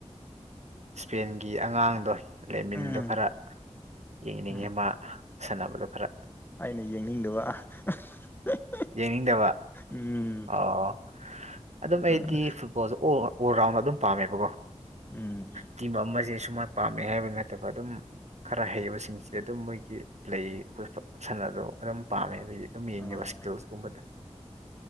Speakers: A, on the right (about 75°); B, on the left (about 20°).
A: ꯏꯁꯄꯦꯟꯒꯤ ꯑꯉꯥꯡꯗꯣ ꯂꯦꯃꯤꯟꯗꯣ
B: ꯎꯝ
A: ꯈꯔ ꯌꯦꯡꯅꯤꯡꯉꯦ
B: ꯎꯝ
A: ꯃꯥ ꯁꯥꯟꯅꯕꯗꯣ ꯈꯔ
B: <unintelligible>
A: ꯌꯦꯡꯅꯤꯡꯗꯕ
B: ꯎꯝ
A: ꯑꯣ ꯑꯗꯨꯝ ꯑꯩꯗꯤ
B: ꯎꯝ
A: ꯑꯣꯖꯑꯣ ꯑꯣꯜ ꯔꯥꯎꯟꯗ ꯑꯗꯨꯝ ꯄꯥꯝꯃꯦꯕꯀꯣ
B: ꯎꯝ
A: ꯇꯤꯝ ꯑꯃꯖꯦ ꯁꯨꯃꯥꯏꯅ ꯄꯥꯝꯃꯦ ꯍꯥꯏꯕ ꯅꯠꯇꯕ ꯑꯗꯨꯝ ꯈꯔ ꯍꯩꯕꯁꯤꯡꯁꯤꯗꯤ ꯑꯗꯨꯝ ꯃꯣꯏꯒꯤ ꯂꯩꯕ ꯁꯥꯟꯗꯣ ꯑꯗꯨꯝ ꯄꯥꯝꯃꯦꯕ ꯑꯩꯗꯤ ꯑꯗꯨꯝ ꯌꯦꯡꯉꯦꯕ
B: ꯑꯥ
A: ꯏꯁꯀꯤꯜꯁꯀꯨꯝꯕꯗꯣ